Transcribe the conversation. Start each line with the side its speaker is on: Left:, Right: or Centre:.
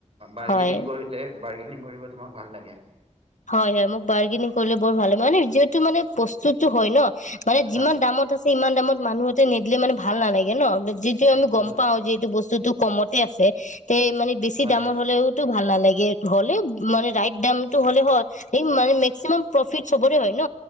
Right: বাৰগেনিং
Left: হয়
Right: কৰিলে বাৰ্গেনিং কৰিব তোমাক ভাল লাগে
Left: হয় হয় মোক বাৰ্গেনিং কৰিলে বৰ ভাল লাগে মানে যিহেতু মানে প্ৰস্তুতো হয় ন মানে যিমান
Right: আহ
Left: দামত আছে ইমান দামত মানুহ এটাই নিদিলে মানে ভাল নালাগে ন যিটো
Right: সেইটোতো
Left: আমি গম
Right: হয়,
Left: পাও যে এইটো বস্তু বস্তুটো কমতে আছে তে মানে বেছি
Right: হয়
Left: দামৰ
Right: হয়
Left: হ'লেওতো ভাল নালাগে হ'লে মানে ৰাইট ডামটো হলে হয় মানে মেক্সিমাম প্ৰফিট চবৰে হয় ন